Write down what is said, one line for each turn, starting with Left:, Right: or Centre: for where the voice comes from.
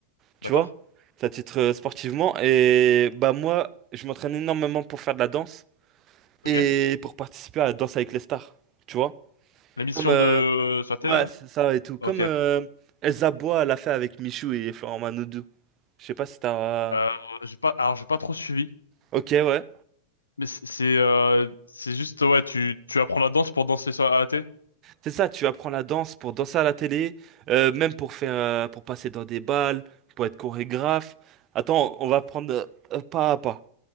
Right: tu
Left: D'accord,
Right: vois. C'est à titre euh, sportivement et bah moi, je m'entraîne énormément pour faire de la danse.
Left: ok.
Right: et pour participer à Danse avec les stars, tu vois?
Left: La mission
Right: Comme, euh,
Left: de... sur la télé,
Right: ouais,
Left: là?
Right: c'est ça et tout. Comme
Left: Ok.
Right: euh, Elsa Bois l'a fait avec Michou et Florent Manodou. Je sais pas si t'as...
Left: Euh, j'ai pas, alors, j'ai pas trop suivi,
Right: Ok, ouais.
Left: mais c'est c'est euh, c'est juste, ouais, tu, tu apprends la danse pour danser sur à la télé?
Right: C'est ça, tu apprends la danse pour danser à la télé, euh, même pour faire, euh, pour passer dans des balles, pour être chorégraphe. Attends, on va prendre euh, pas à pas.